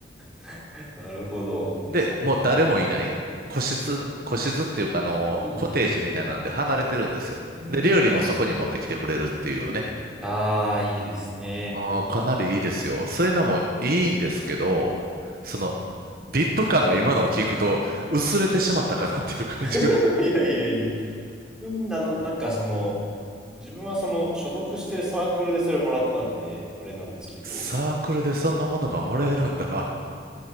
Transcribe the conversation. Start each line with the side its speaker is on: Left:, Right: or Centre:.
Centre: <laughs> なるほど。
Right: で、
Centre: そう。
Right: もう誰もいない。個室、個室っていうか、あの、
Centre: うん
Right: コテージみたいなんで離れてるんですよ。
Centre: うん。
Right: で、料理もそこに持ってきてくれるっていうね。
Centre: うん。ああ、いいですね。
Right: あーかなりいいですよ。そういうのもいいんですけど、その、ビップ感が今のを聞くと薄れてしまったかなっていう感じが
Centre: <laughs> いやいやいや。自分、あの、なんかその、自分はその、所属してるサークルでそれもらったんで、あれなんですけど、
Right: サークルでそんなものがもらえるんだ。